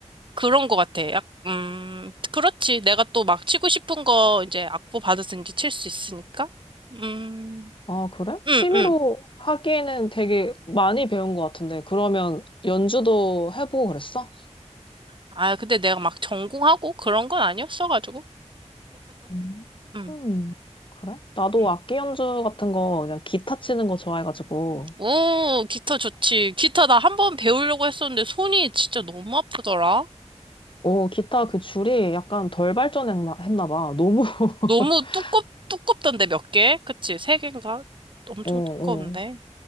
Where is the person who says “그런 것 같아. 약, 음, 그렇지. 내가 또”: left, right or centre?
Right